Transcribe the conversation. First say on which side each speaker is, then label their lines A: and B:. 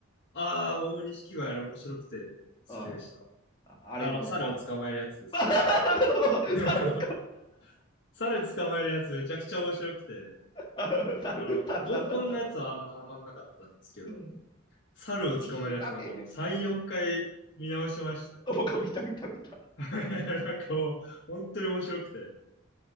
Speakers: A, on the left (about 60°); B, on the left (about 25°).
A: ああ、大錦鯉あれ面白くて好きでした。
B: ああ、あれもうなん、
A: あの、猿を捕まえるやつですよね。
B: <laughs> そうそうそう、
A: <laughs>
B: 猿、
A: 猿捕まえるやつめちゃくちゃ面白くて、
B: <laughs> 猿、
A: あの、
B: 猿、
A: 合コンのやつはあんまハマんなかったんですけど、
B: 猿、猿、猿。うん。
A: 猿を捕まえるやつなんかもう3、
B: いい、だって、
A: 4回見直しましたね。
B: 僕も見た見た見た。
A: <laughs> なんかもう、本当に面白くて。